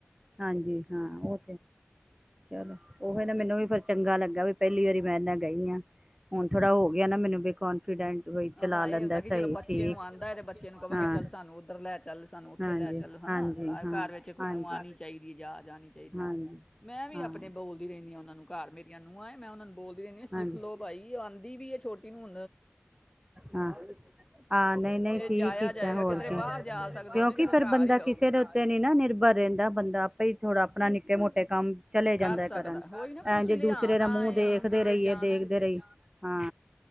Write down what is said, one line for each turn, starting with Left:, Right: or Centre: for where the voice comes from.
Right: ਹਾਂਜੀ ਹਾਂ ਚਲੋ
Left: ਹੋਰ
Right: ਓਹੀ ਨਾ ਮੈਨੂੰ ਵੀ ਫਿਰ ਚੰਗਾ ਲੱਗਾ ਵੀ ਪੈੱਲੀ ਵਾਰੀ ਮੈਂ ਏਂਨਾ ਗਈ ਆਂ। ਹੁਣ ਥੋੜਾ ਹੋ ਗਿਆ ਨਾ ਮੈਨੂੰ ਬੀ ਕੋਂਨਫੀਡੈਂਟ। ਬਈ
Left: ਆ
Right: ਚਲਾ ਲੈਂਦਾ
Left: ਏ ਹੁੰਦਾ
Right: ਸਹੀ
Left: ਕਿ ਜਦੋਂ ਬੱਚੇ
Right: ਠੀਕ
Left: ਨੂੰ ਆਂਦਾ ਐ ਤੇ ਬੱਚੇ ਨੂੰ ਕਵਾਂਗੇ
Right: ਹਾਂ
Left: ਚੱਲ ਸਾਨੂੰ ਉੱਧਰ ਲੈ ਚੱਲ ਸਾਨੂੰ ਓੱਥੇ
Right: ਹਾਂਜੀ
Left: ਲੈ ਚੱਲ ਹਨਾ
Right: ਹਾਂਜੀ ਹਾਂ
Left: ਘਰ ਵਿੱਚ ਕੋਨੂੰ
Right: ਹਾਂਜੀ
Left: ਆਉਣੀ ਚਾਹੀਦੀ ਹੈ ਜਾ ਜਾ ਆਉਣੀ ਚਾਹੀਦੀ।
Right: ਹਾਂਜੀ
Left: ਮੈਂ ਵੀ
Right: ਹਾਂ
Left: ਆਪਣੇ ਬੋਲਦੀ ਰੈਣੀ ਆਂ ਓਨਾਂ ਨੂੰ ਘਰ ਮੇਰੀਆਂ ਨੂੰਆਂਏ ਮੈਂ ਓਨਾਂ ਨੂੰ ਬੋਲਦੀ ਰੈਣੀ ਆਂ
Right: ਹਾਂਜੀ
Left: ਸਿੱਖਲੋ ਬਾਈ ਆਂਦੀ ਵੀ ਛੋਟੀ ਨੂੰਹੁ
Right: ਆਂ, ਆ ਨਈਂ ਨਈਂ
Left: ਤੇ
Right: ਠੀਕ
Left: ਜਾਇਆ
Right: ਕੀਤਾ
Left: ਜਾਏਗਾ
Right: ਹੋਰ
Left: ਕਿਧਰੇ
Right: ਕੀ
Left: ਬਾਹਰ ਜਾ ਸਕਦੇ
Right: ਕੇਉਂਕਿ
Left: ਹੋ ਨਹੀਂ ਤੇ ਫਿਰ
Right: ਫੇਰ
Left: ਘਰ
Right: ਬੰਦਾ
Left: ਹੀ ਰਹੋਗੇ
Right: ਕਿਸੇ ਦੇ ਓੱਤੇ ਨੀ ਨਾ ਨਿਰਭਰ ਰੈਂਦਾ ਬੰਦਾ ਆਪੇ ਈ ਥੋੜ੍ਹਾ ਆਪਣਾ ਨਿੱਕੇ ਮੋਟੇ ਕੰਮ ਚਲੇ ਜਾਂਦਾ
Left: ਕਰ ਸਕਦਾ
Right: ਕਰਨ,
Left: ਹੋਈ ਨਾ
Right: ਐਂ
Left: ਕੁਛ
Right: ਜੇ
Left: ਲਿਆਣਾ
Right: ਦੂਸਰੇ ਦਾ ਮੂੰਹ
Left: ਏ
Right: ਦੇਖਦੇ
Left: ਕਿਧਰੇ
Right: ਰਈਏ
Left: ਜਾਣਾ
Right: ਦੇਖਦੇ
Left: ਹੈ।
Right: ਰਈ ਹਾਂ,